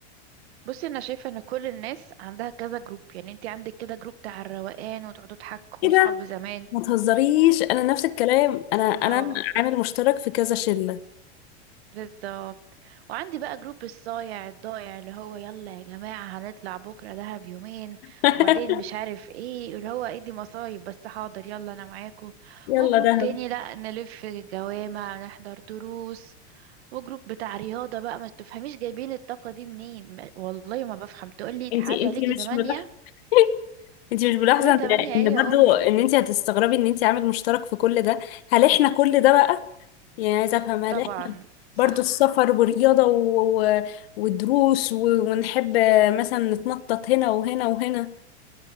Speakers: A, on the right; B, on the left.
A: بصي انا شايفه ان كل الناس عندها كذا جروب يعني انت عندك كده جروب بتاع الروقان وتقعدوا تحكوا
B: ايه
A: وصحاب
B: ده
A: زمان
B: ما تهزريش انا نفس الكلام انا انا
A: اه
B: عامل مشترك في كذا شلة
A: بالظبط وعندي بقى جروب الصايع الضايع اللي هو يلا يا جماعه هنطلع بكره دهب يومين
B: <laughs>
A: وبعدين مش عارف ايه اللي هو ايه دي مصايب بس حاضر يلا انا معاكم
B: يلا
A: وجروب
B: دهب
A: تاني لا نلف جوامع نحضر دروس وجروب بتاع رياضة بقى ما تفهميش جايبين الطاقة دي منين ما- والله ما بفهم تقولي تعدي
B: انتي
A: عليكي
B: انتي مش
A: تمانية
B: ملاحظة <laughs> انتي مش ملاحظة
A: لا تمانية
B: ان
A: ايه
B: إن
A: يا
B: برضو
A: أمي
B: ان انتي هتستغربي ان انتي عامل مشترك في كل ده هل احنا كل ده بقى يعني عايزة أفهم هل
A: طبعا
B: إحنا
A: صح
B: برضو السفر ورياضة و... و- ودروس و... ونحب مثلا نتنطط هنا وهنا وهنا